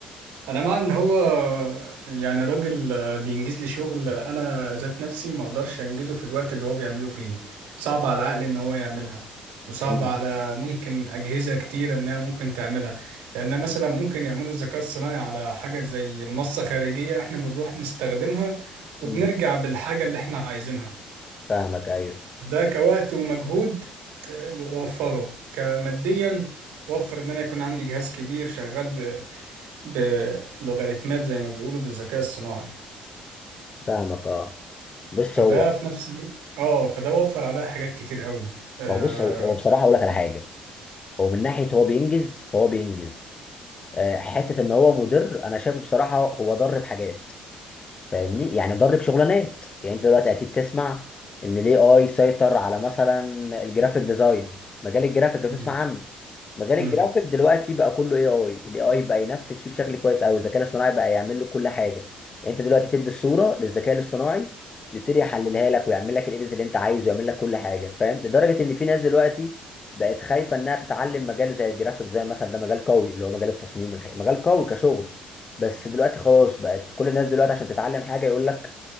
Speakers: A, on the right (about 80°); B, on the left (about 35°).
A: انا مع ان هو يعني راجل بينجز لي شغل انا ذات نفسي ما اقدرش انجزه في الوقت اللي هو بيعمله فيه صعب على عقلي ان هو يعملها وصعب
B: مم.
A: على ممكن اجهزه كتير انها ممكن تعملها لان مثلا ممكن يعملوا الذكاء الصناعي على حاجه زي منصه خارجيه احنا بنروح نستخدمها وبنرجع
B: مم.
A: بالحاجه اللي احنا عايزينها
B: فاهمك ايوه
A: ده كوقت ومجهود ت- وفره كماديا وفر ان انا يكون عندي جهاز كبير شغال بلوغاريتمات زي ما بيقولوا بالذكاء الصناعي
B: فاهمك اه بص
A: فده
B: هو
A: في نفس الوقت اه فده وفر عليها حاجات كتير قوي آه.
B: ما هو بص هو هو بصراحه اقول لك على حاجه هو من ناحيه هو بينجز فهو بينجز آه، حته ان هو مدير انا شايفه بصراحه هو ضر بحاجات فاهمني يعني ضرب شغلانات يعني انت دلوقتي اكيد تسمع ان الاي اي سيطر على مثلا الجرافيك ديزاين مجال الجرافيك لو
A: مم.
B: تسمع عنه مجال
A: مم.
B: الجرافيك دلوقتي بقى كله اي اي الاي اي بقى ينفذ فيه بشكل كويس قوي الذكاء الاصطناعي بقى يعمل له كل حاجه يعني انت دلوقتي تدي الصوره للذكاء الاصطناعي يبتدي يحللها لك ويعمل لك الايديت اللي انت عايزه ويعمل لك كل حاجه فاهم لدرجه ان في ناس دلوقتي بقت خايفه انها تتعلم مجال زي الجرافيك زي مثلا ده مجال قوي اللي هو مجال التصميم والحاجه مجال قوي كشغل بس دلوقتي خلاص بقت كل الناس دلوقتي عشان تتعلم حاجه يقول لك